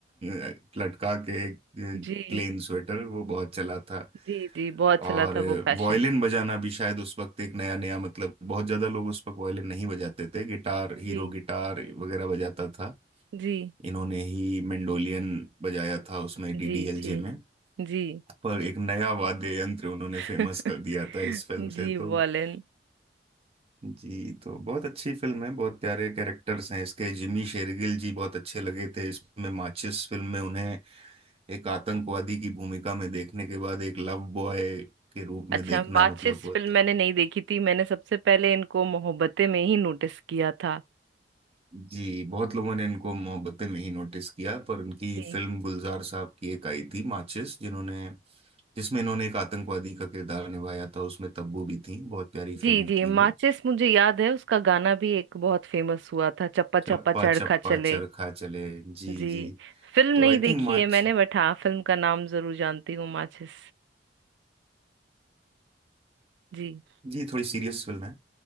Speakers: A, on the right; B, on the right.
A: <laughs> लटका के प्लेन
B: जी
A: स्वेटर वो बहुत चला था
B: जी जी बहुत
A: और
B: चला था वो फैशन
A: वायलिन बजाना भी शायद उस वक्त एक नया नया मतलब बहुत ज्यादा लोग उस वक्त वायलिन नहीं बजाते थे गिटार हीरो
B: जी
A: गिटार वगैरह बजाता था
B: जी
A: इन्होंने ही मेंडोलियन बजाया था उसमें डीडीएलजे
B: जी जी
A: में
B: जी
A: पर एक नया वाद्य यंत्र उन्होंने
B: <laughs>
A: फेमस कर दिया था इस फिल्म से
B: जी
A: तो
B: वॉलेन
A: जी तो बहुत अच्छी फिल्म है बहुत प्यारे कैरेक्टर्स हैं इसके जिमी शेरगिल जी बहुत अच्छे लगे थे इसमें माचिस फिल्म में उन्हें एक आतंकवादी की भूमिका में देखने के बाद एक लव बॉय के रूप में
B: अच्छा
A: देखना
B: माचिस
A: मतलब बहुत
B: फिल्म मैंने नहीं देखी थी मैंने सबसे पहले इनको मोहब्बतें में ही नोटिस किया था
A: जी बहुत लोगों ने इनको मोहब्बतें में ही नोटिस किया पर उनकी
B: जी
A: फिल्म गुलजार साहब की एक आई थी माचिस जिन्होंने जिसमें इन्होंने एक आतंकवादी का किरदार निभाया था उसमें तब्बू भी थी बहुत प्यारी फिल्म
B: जी जी
A: थी वो
B: माचिस मुझे याद है उसका गाना भी एक बहुत फेमस हुआ था चप्पा चप्पा
A: चप्पा
B: चरखा
A: चप्पा
B: चले
A: चरखा चले जी
B: जी
A: जी
B: फिल्म
A: तो
B: नहीं
A: आई
B: देखी
A: थिंक माच
B: है मैंने बट हाँ फिल्म का नाम जरूर जानती हूँ माचिस जी
A: जी थोड़ी सीरियस फिल्म है